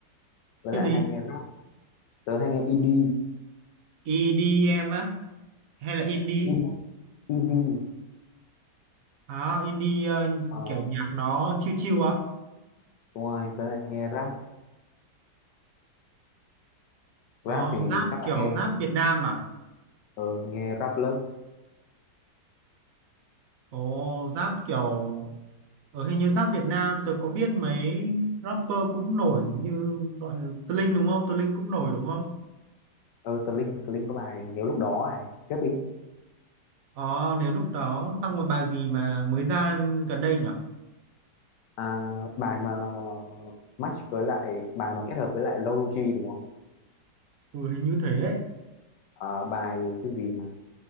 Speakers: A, on the left (about 75°); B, on the right (about 65°).
A: với
B: Cái
A: lại
B: gì?
A: hay nghe rap. Tớ hay nghe indie,
B: EDM á hay là indie?
A: indie, indie.
B: À, indie ờ,
A: ờ,
B: kiểu nhạc nó chill chill á.
A: Đúng rồi, với lại nghe rap rap
B: Đó,
A: thì
B: rap
A: chắc
B: kiểu
A: là nghe
B: rap Việt Nam à?
A: ờ, nghe rap lớp
B: Ồ, rap kiểu Ở hình như rap Việt Nam tôi có biết mấy rapper cũng nổi như gọi là Tơ Linh đúng không? Tơ Linh cũng nổi đúng không?
A: ờ tờ Linh tờ Linh có bài nếu lúc đó này tiếp đi
B: Ờ nếu lúc đó xong rồi bài gì mà mới ra gần đây nhỉ?
A: à, bài mà match với lại bài mà kết hợp với lại Low G đúng không
B: Ừ hình như thế ấy.
A: à, bài cái gì mà